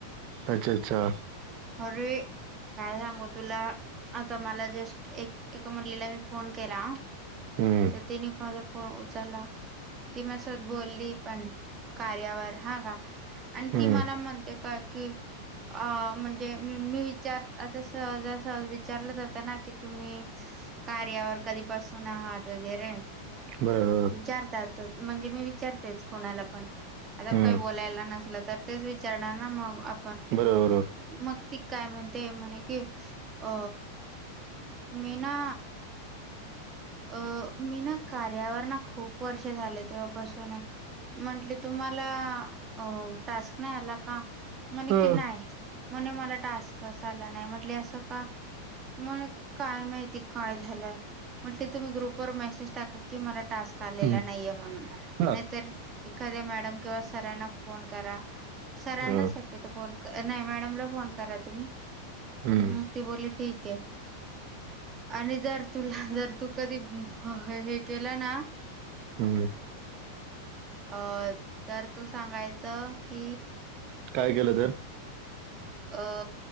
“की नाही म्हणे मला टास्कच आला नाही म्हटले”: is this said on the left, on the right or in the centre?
Right